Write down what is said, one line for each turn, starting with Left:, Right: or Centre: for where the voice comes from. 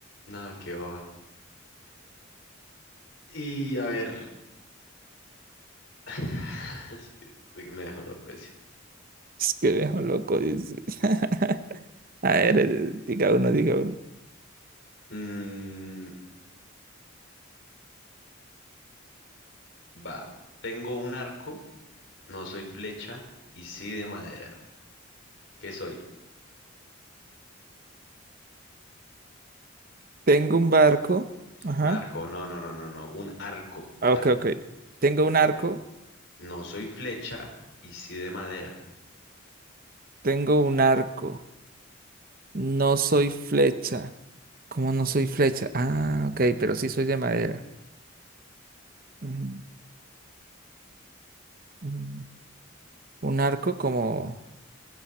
Left: no, qué boba. Y a ver. <laughs> Es que uy, me dejó loco ese.
Right: Es que viejo loco, dice. <laughs> A ver, eh, diga uno, diga uno.
Left: Mm, va. Tengo un arco, no soy flecha y sí de madera. ¿Qué soy?
Right: Tengo un barco. Ajá.
Left: Un arco, no, no, no, no, no. Un arco,
Right: Ah,
Left: arco.
Right: Ok, ok. Tengo un arco.
Left: Ven, No soy flecha y sí de madera.
Right: Tengo un arco. No soy flecha. ¿Cómo no soy flecha? Ah, ok, pero sí soy de madera. Ujú, ujú. Un arco como...